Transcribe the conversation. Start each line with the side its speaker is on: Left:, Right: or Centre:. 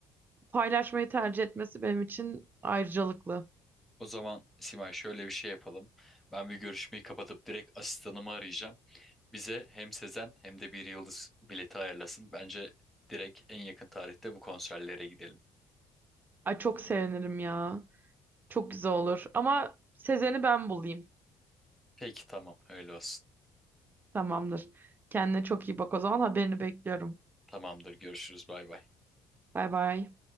Right: paylaşmayı tercih etmesi benim için ayrıcalıklı.
Centre: O zaman Simay şöyle bir şey yapalım. Ben bir görüşmeyi kapatıp direkt asistanımı arayacağım. Bize hem Sezen hem de bir yıldız bileti ayarlasın. Bence direkt en yakın tarihte bu konserlere gidelim.
Right: Ay çok sevinirim ya. Çok güzel olur. Ama Sezen'i ben bulayım.
Centre: Peki tamam öyle olsun.
Right: Tamamdır. Kendine çok iyi bak o zaman. Haberini bekliyorum.
Centre: Tamamdır görüşürüz bay bay.
Right: Bay bay.